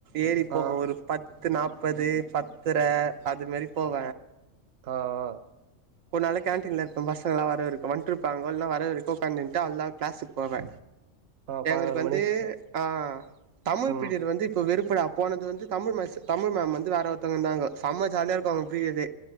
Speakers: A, on the right; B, on the right.
A: ஏறி போக
B: ஆ
A: ஒரு பத் பத்து நாற்பது பத்ர அது மாரி போவ
B: ஆ ஆ
A: <unintelligible> கேண்டீன்ல இருப்பன் பசங்க எல்லாம் வர இருக்கும் வந்ட்டு இருப்பாங்க இல்ல வர்ற இருக்கும் உக்க்கட்டு அவ்ளா தா கிளாஸுக்கு போவே
B: ஆ பதினோரு
A: எங்களுக்கு வந்து
B: மணிக்கு
A: ஆ தமிழ்
B: ம்
A: பிடியர் வந்து இப்ப வெறுப் ப்படா போனது வந்து தமிழ் தமிழ் மேம் வந்து வேற ஒருத்தவங்க இருந்தாங்க செம்ம ஜாலியா இருக்கும் அவங்க பீரியட்